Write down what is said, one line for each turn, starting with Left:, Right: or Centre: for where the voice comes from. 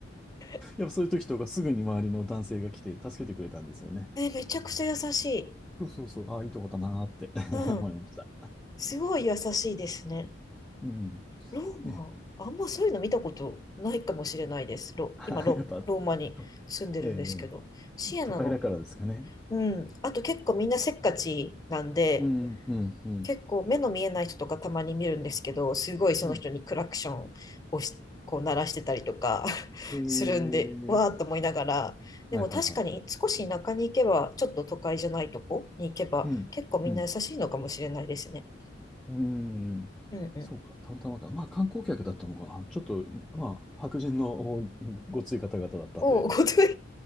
Left: <laughs>
Centre: っぱそういう時とかすぐに周りの男性が来て助けてくれたんですよね。
Left: ね、めちゃくちゃ優しい。
Centre: そうそうそう、ああ、いいとこだなーって
Left: うん。
Centre: <laughs> 思いました。
Left: すごい優しいですね。
Centre: うん。
Left: ローマ、
Centre: ね。
Left: あんまそういうの見たことないかもしれないです。ロ、
Centre: <laughs>
Left: 今ロ、
Centre: やっぱ、
Left: ローマに住んでるんですけど。
Centre: とええ
Left: シエナの。
Centre: 都会だからですかね。
Left: うん。あと結構みんなせっかちなんで、
Centre: うん、うん、うん、うん。
Left: 結構目の見えない人とかたまに見るんですけど、すごいその人にクラクションをしこう鳴らしてたりとか
Centre: うん
Left: <laughs>
Centre: ええ
Left: するんで、わーっと思いながら、
Centre: はいはいはい。
Left: でも確かに少し田舎に行けば、ちょっと都会じゃないとこに行けば、
Centre: うん、
Left: 結構みんな優しいのかもしれないですね。
Centre: うん。うーん。
Left: うんうん。
Centre: そうか、たまたまか。まあ、観光客だったのかな。ちょっと、まあ、白人のおごつい方々だったんで、
Left: おお、ごつい。